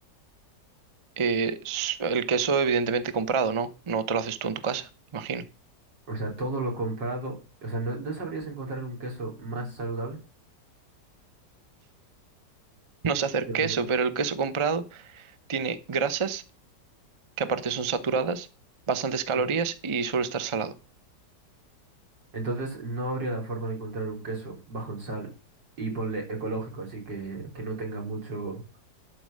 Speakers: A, on the right; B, on the right.
A: Eh, s- el queso evidentemente comprado, ¿no? No te lo haces tú en tu casa, imagino.
B: O sea, todo lo comprado, o sea, ¿no, no sabrías encontrar un queso más saludable?
A: No sé hacer
B: Yo
A: queso,
B: qué sé.
A: pero el queso comprado tiene grasas que aparte son saturadas, bastantes calorías
B: sí.
A: y suele estar salado.
B: Entonces, no habría la forma de encontrar un queso bajo en sal y ponle ecológico, así que, que no tenga mucho,